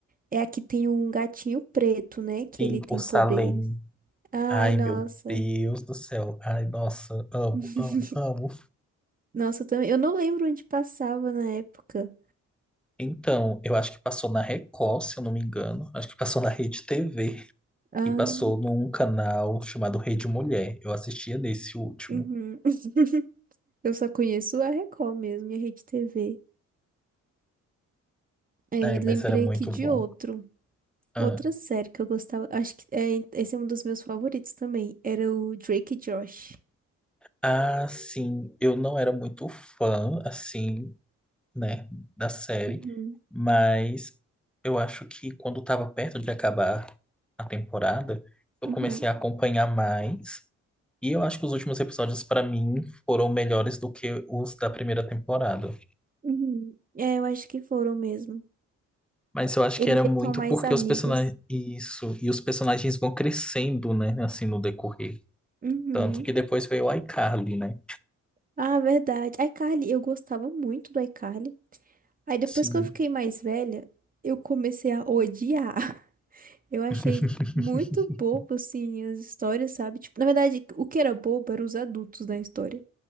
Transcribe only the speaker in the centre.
Sim,
o Salem.
Ai,
meu Deus do céu. Ai, nossa, amo,
amo, amo.
Então, eu acho que passou na Record, se eu não me engano. Acho que passou na Rede TV
e passou num canal chamado Rede Mulher. Eu assistia nesse último.
Ai, mas
era muito
bom.
Ah,
Ah, sim, eu não era muito fã, assim, né, da série,
mas eu acho que quando estava perto de acabar a temporada, eu
comecei a acompanhar mais. E eu acho que os últimos episódios, pra mim, foram melhores do que os da primeira temporada.
Mas eu acho
que era
muito
porque
os personagens. Isso. E os personagens vão crescendo, né? Assim, no decorrer.
Tanto que depois veio o iCarly, né?
Sim.
<laughs>